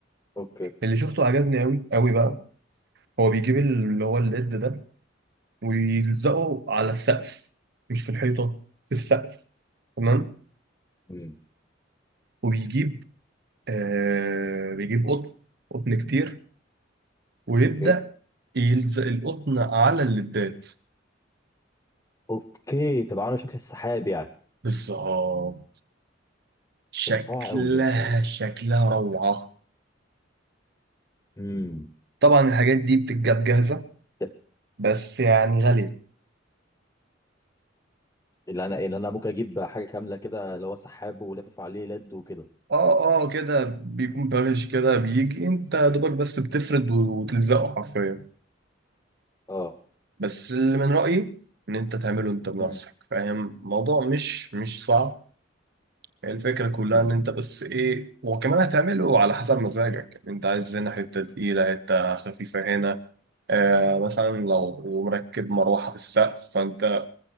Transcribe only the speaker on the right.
اللي شفته عجبني قوي قوي بقى هو بيجيب اللي هو الليد ده ويلزقه على السقف مش في الحيطه في السقف تمام
وبيجيب آه بيجيب قطن قطن كتير ويبدا
يلزق القطن على الليدات
بالظبط شكلها
شكلها روعة
طبعا الحاجات دي بتتجاب جاهزة
بس يعني غالية
اه اه كده بيكون بارش كده بيجي انت يا دوبك بس بتفرد وتلزقه حرفيا
بس اللي من رأيي ان انت تعمله انت بنفسك
فاهم الموضوع مش مش صعب هي الفكرة كلها
ان انت بس ايه وكمان هتعمله على حسب مزاجك انت عايز هنا حتة تقيلة حتة خفيفة هنا آه مثلا لو مركب مروحة في السقف فانت